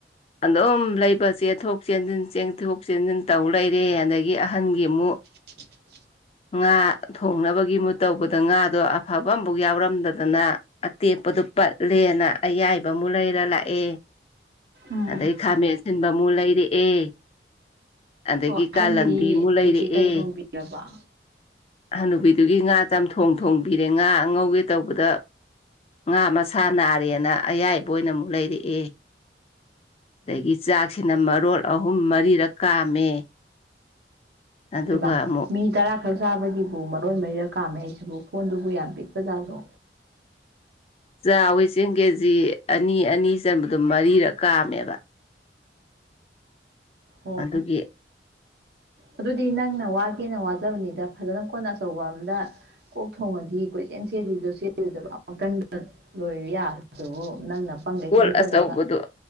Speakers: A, on the left; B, on the right.
A: ꯑꯗꯨꯝ ꯂꯩꯕ ꯆꯦꯟꯊꯣꯛ ꯆꯦꯟꯁꯤꯟ ꯆꯦꯟꯊꯣꯛ ꯆꯦꯟꯁꯤꯟ ꯇꯧ ꯂꯩꯔꯦ ꯑꯗꯒꯤ ꯑꯍꯟꯒꯤ ꯑꯃꯨꯛ
B: <inaudible>
A: ꯉꯥ ꯊꯣꯡꯅꯕꯒꯤ ꯃꯨꯠ ꯇꯧꯕꯗ ꯉꯥꯗꯣ ꯑꯐꯕ ꯑꯃꯐꯥꯎ ꯌꯥꯎꯔꯝꯗꯗꯅ ꯑꯇꯦꯛꯄꯗꯨ ꯄꯠꯂꯦꯅ ꯑꯌꯥꯏꯕ ꯑꯃꯨꯛ ꯂꯩꯔ ꯂꯥꯛꯑꯦ
B: ꯎꯝ
A: ꯑꯗꯩ ꯈꯥꯃꯦꯟ ꯑꯁꯤꯟꯕꯃꯨꯛ ꯂꯩꯔꯛꯑꯦ ꯑꯗꯒꯤ
B: ꯑꯣ ꯑꯍꯟꯒꯤꯗꯤ
A: ꯀꯥꯂꯟꯗꯤ ꯑꯃꯨꯛ ꯂꯩꯔꯛꯑꯦ
B: ꯑꯗꯨꯗꯤ ꯀꯔꯤ ꯊꯣꯡꯕꯤꯔꯕ
A: ꯍꯅꯨꯕꯤꯠ ꯑꯗꯨꯒꯤ ꯉꯥ ꯆꯝꯊꯣꯡ ꯊꯣꯡꯕꯤꯔꯦ ꯉꯥ ꯑꯉꯧꯒꯦ ꯇꯧꯕꯗ ꯉꯥ ꯃꯁꯥ ꯅꯥꯔꯦꯅ ꯑꯌꯥꯏꯕ ꯑꯣꯏꯅ ꯑꯃꯨꯛ ꯂꯩꯔꯛꯑꯦ ꯑꯗꯒꯤ ꯆꯥꯛꯁꯤꯅ ꯃꯔꯣꯜ ꯑꯍꯨꯝ ꯃꯔꯤꯔꯛ ꯀꯥꯝꯃꯦ ꯑꯗꯨꯒ
B: ꯍꯥꯏꯕ
A: ꯑꯃꯨꯛ
B: ꯃꯤ ꯇꯔꯥ ꯈꯛ ꯆꯥꯕꯒꯤꯕꯨ ꯃꯔꯣꯟ ꯃꯔꯤꯔ ꯀꯥꯝꯃꯦ ꯑꯩꯁꯤꯕꯨ ꯐꯣꯟꯗꯨꯕꯨ ꯌꯥꯝ ꯄꯤꯛꯄꯖꯥꯠꯗꯣ
A: ꯆꯥꯛꯋꯤ ꯆꯦꯡ ꯀꯦꯖꯤ ꯑꯅꯤ ꯑꯅꯤ ꯆꯟꯕꯗꯣ ꯃꯔꯤꯔꯛ ꯀꯥꯝꯃꯦꯕ
B: ꯑꯣ
A: ꯑꯗꯨꯒꯤ
B: ꯑꯗꯨꯗꯤ ꯅꯪꯅ ꯋꯥꯒꯦꯅ ꯋꯥꯖꯕꯅꯤꯗ ꯐꯖꯅ ꯀꯣꯟ ꯑꯆꯧꯕ ꯑꯃꯗ ꯀꯣꯛ ꯊꯣꯡꯉꯗꯤ ꯀꯣꯏꯆꯦꯟ ꯆꯀꯟꯂꯤꯗꯣ ꯆꯦꯟꯗꯣꯏꯗꯕ ꯑꯃꯛꯇꯪꯗ ꯂꯣꯏꯌꯥꯗꯨꯕꯨ ꯅꯪꯅ ꯄꯪꯒꯩ
A: ꯀꯣꯜ
B: ꯄꯪꯖꯔꯒ
A: ꯑꯆꯧꯕꯗꯣ